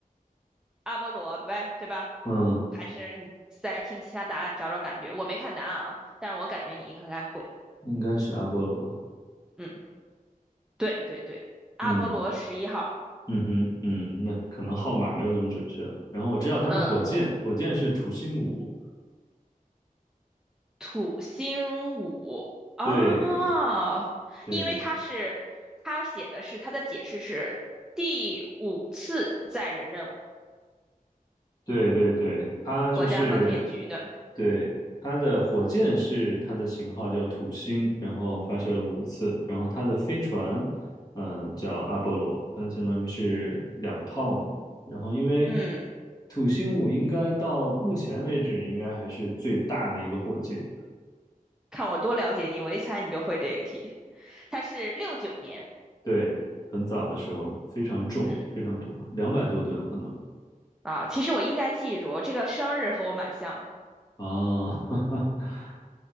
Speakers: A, in the centre; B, on the left.
A: 阿波罗呗，对吧？
B: 嗯，
A: 还是你再听其他答案找找感觉。我没看答案啊，但是我感觉你应该会。
B: 应该是阿波罗。
A: 嗯，对对对，阿波罗十一号。
B: 嗯嗯哼嗯，那可能号码没有那么准确了。然后我知道它的火箭，
A: 嗯，
B: 火箭是土星五。
A: 土星五哦，
B: 对对，
A: 因为他是他写的是他的解释是第五次载人任务，
B: 对对对，它就是
A: 国家航天局的。
B: 对它的火箭是它的型号叫土星，然后发射了五次，然后它的飞船，嗯、叫阿波罗，它相当于是两套嘛。然后因为
A: 嗯，
B: 土星五应该到目前为止应该还是最大的一个火箭，
A: 看我多了解你，我一猜你就会这个题。他是六九年，
B: 对，很早的时候非常重，
A: 嗯
B: 非常重，两百多吨可能
A: 啊，其实我应该记住这个生日和我蛮像的。
B: 啊，<laughs>